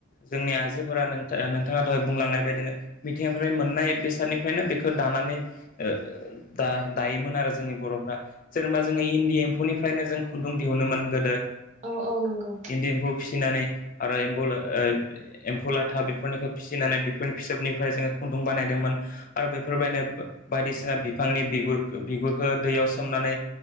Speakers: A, on the left (about 40°); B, on the right (about 35°).
A: जोंनि आइजोफोरा नोंथा नोंथाङा दहाय बुंलांनाय बायदिनो मिथिंगानिफ्राय मोननाय बेसादनि फ्रायनो बेखो दानानै ओ दा दायोमोन आरो जोंनि बर'फ्रा। जेनेबा जोङो इन्दि एम्फौनिफ्रायनो जों खुन्दुं दिहुनोमोन गोदो
B: औ औ नोंगौ।
A: इन्दि एम्फौ फिसिनानै आरो एम्फौ ला ओ एम्फौ लाथा बेफोरनिखो फिनानै बेफोरनि फिसोबनिफ्राय जोङो खुन्दुं बानायदोंमोन। आरो बेफोरबायदिनो बायदिसिना बिफांनि बिगुर बिगुरखो दैयाव सोमनानै